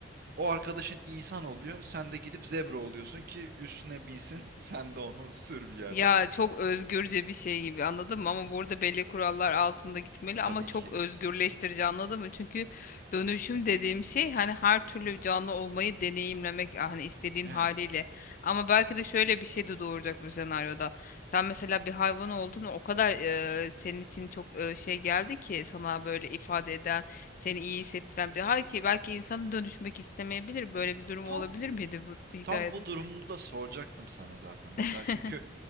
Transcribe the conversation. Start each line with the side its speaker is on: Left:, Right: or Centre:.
Right: o arkadaşın insan oluyor. Sen de gidip zebra oluyorsun ki üstüne binsin. <laughs> Sen de onu sür bir yerlere.
Left: Ya çok özgürce bir şey gibi anladın mı? Ama burada belli kurallar altında gitmeli
Right: Tabii
Left: ama çok
Right: ki.
Left: özgürleştirici anladın mı? Çünkü dönüşüm dediğim şey hani her türlü canlı olmayı deneyimlemek ah, hani istediğin
Right: Evet.
Left: haliyle. Ama belki de şöyle bir şey de doğuracak bu senaryoda. Sen mesela bir hayvan oldun o kadar e, senin için çok e, şey geldi ki sana böyle ifade eden, seni iyi hissettiren bir hal ki belki insana dönüşmek istemeyebilir. Böyle bir durum
Right: Tam
Left: olabilir miydi bu hikayede?
Right: tam bu durumda da soracaktım sana zaten. Mesela
Left: <laughs>
Right: çünkü